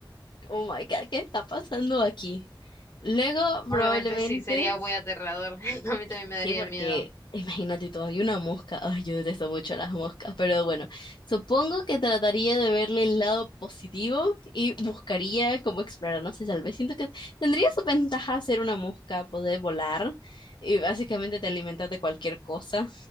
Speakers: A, on the left; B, on the left.
A: oh, my God, ¿qué está pasando aquí? Luego,
B: Obviamente
A: probablemente.
B: sí, sería muy aterrador. <laughs> A mí también me
A: Sí,
B: daría
A: porque
B: miedo.
A: <laughs> imagínate, todavía una mosca. Ay, yo detesto mucho las moscas, pero bueno, supongo que trataría de verle el lado positivo y buscaría cómo explorar. No sé, tal vez siento que tendría su ventaja ser una mosca, poder volar y básicamente te alimentas de cualquier cosa,